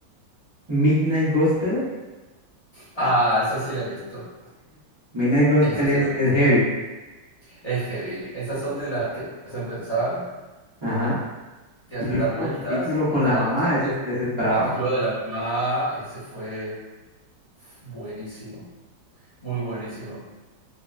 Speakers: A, on the right; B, on the left.
A: Midnight Gospel.
B: Ah, esa sí la he visto.
A: Midnight Gospel
B: Esa sí
A: es,
B: la he
A: es
B: visto.
A: heavy.
B: Es heavy. Esas son de las que te hacen pensar,
A: Ajá.
B: te hacen
A: Y el
B: dar vueltas
A: último capítulo con
B: y tal.
A: la mamá,
B: O sea,
A: ese,
B: el,
A: ese es bravo.
B: el capítulo de la mamá, ese fue buenísimo, muy buenísimo.